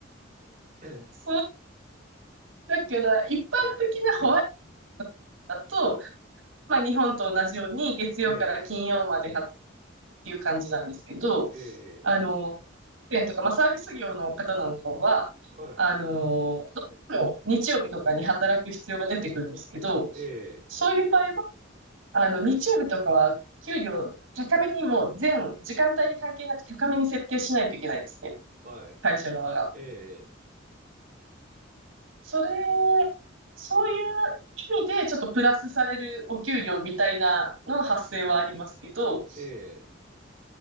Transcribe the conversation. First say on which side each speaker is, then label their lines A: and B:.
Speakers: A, on the right (about 40°); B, on the right (about 85°).
A: <clears throat>
B: そう、だから、一般的なホワイ
A: はい。<laughs>
B: トだと、まあ、日本と同じように、月曜から金曜までっ
A: ええ、
B: ていう感じなんですけど、
A: ええ、
B: あの、保育園とか、まあ、サービス業の方なんかは、
A: はい。
B: あの、どうしても日曜日とかに働く必要が出てくるんですけど、
A: ええ、
B: そういう場合は、あの、日曜日とかは給料高めにもう全時間帯に関係なく高めに設定しないといけないですね。
A: はい。
B: 会社側が。
A: ええ、
B: それ、そういう意味でちょっとプラスされるお給料みたいなのの発生はありますけど、
A: ええ。